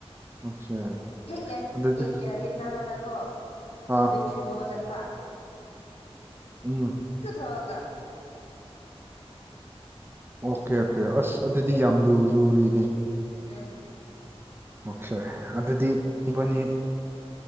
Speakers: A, on the right; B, on the left.
A: ꯑꯣꯀꯦ
B: ꯍꯦꯛ ꯌꯦ
A: ꯑꯗꯨꯗꯤ
B: ꯌꯦ ꯌꯦꯠꯅꯥꯕꯗ ꯀꯣ
A: ꯑꯥ
B: ꯕꯦꯇ꯭ꯔꯤ ꯂꯣ ꯆꯠ ꯄꯥ
A: ꯎꯝ
B: ꯍꯒ
A: ꯑꯣꯀꯦ ꯑꯣꯀꯦ ꯑꯁ ꯑꯗꯨꯗꯤ ꯌꯥꯝ ꯂꯨ ꯂꯨꯔꯤꯅꯦ
B: ꯑꯝ
A: ꯑꯣꯀꯦ ꯑꯗꯨꯗꯤ ꯏꯕꯥꯅꯤ